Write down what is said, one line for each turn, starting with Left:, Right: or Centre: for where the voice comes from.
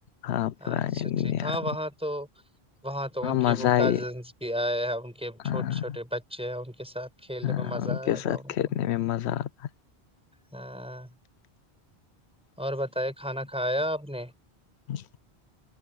Left: ہاں
Centre: اچھا
Left: پرانے ننیال
Centre: ٹھیک ہاں وہاں تو وہاں تو ان کے
Left: مزہ
Centre: وہ کزنس
Left: ہی ہے،
Centre: بھی آئے ہیں ان کے چھوٹے
Left: ہاں
Centre: چھوٹے بچے ہیں ان کے ساتھ کھیلنے
Left: ہاں
Centre: میں مزہ
Left: ان
Centre: آیا
Left: کے ساتھ
Centre: گاؤں
Left: کھیلنے
Centre: گاؤں
Left: میں مزہ آتا
Centre: ہاں اور بتے کھانا کھایا آپ نے
Left: ج